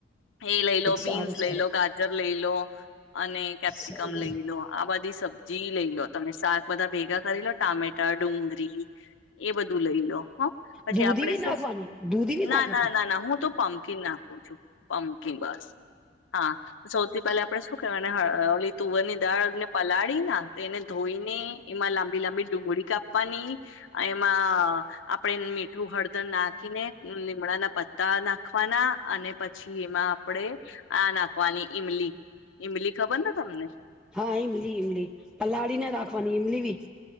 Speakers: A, on the left; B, in the centre.
A: એ લઈ લો,
B: સારું
A: બીન્સ
B: સારું
A: લઈ લો, ગાજર લઈ લો અને કેપ્સિકમ
B: સારું
A: લઈ લો. આ બધી સબ. જી લઈ લોટ. તમે શાક બધા ભેગા. <inaudible> ટામેટા, ડુંગરી એ બધું લઈ લો હ. પછી
B: દૂધી
A: આપણે
B: બી
A: શું,
B: નાખવાની દૂધી બી
A: ના
B: નાખવાની
A: ના. ના ના, હું તો પમ્પકીન નાખું છું. પમ્પકીન બસ હા સૌથી પહેલા આપણે શું કરવાના, હળી તુવરની દાળ ને પલાળ. તો એને ધોઈને. એમાં લાંબી લાંબી ડુંગળી કાપવાની. એમાં. આપણે મીઠું હળદર નાખી ને. લીમડાના પ. તા નાખવાના અને. પછી એમાં આપણેે. હા નાખવાની. ઈમલી ઈમલી ખબર ને તમને
B: હા, ઈમલી ઇમલી, પલાળી ને રાખવાની ઇમલી ભી.